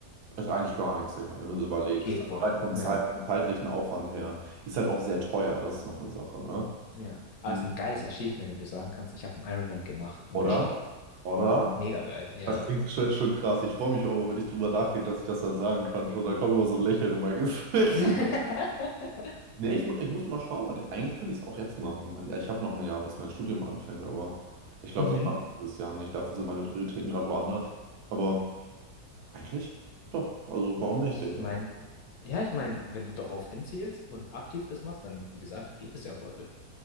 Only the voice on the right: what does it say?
Ist eigentlich gar nichts, Digga, wenn du so überlegst.
Also
rein vom
Zeit, vom zeitlichen Aufwand her. Ist halt auch sehr teuer, das ist noch eine Sache, ne?
Mhm.
Oder?
Oder?
Das klingt schon, schon krass. Ich freue mich auch immer, wenn ich drüber nachdenke, dass ich das dann sagen kann. Schon, da kommt immer so ein Lächeln in mein Gesicht. <laughs>
Nee, ich muss, ich muss mal schauen, weil ich, eigentlich könnte ich es auch jetzt machen. Wenn- Ich habe noch ein Jahr, bis mein Studium anfängt, aber ich glaube,
das mache ich dieses Jahr nicht. Dafür sind meine Prioritäten gerade woanders. Aber eigentlich doch. Also warum nicht,
Digga?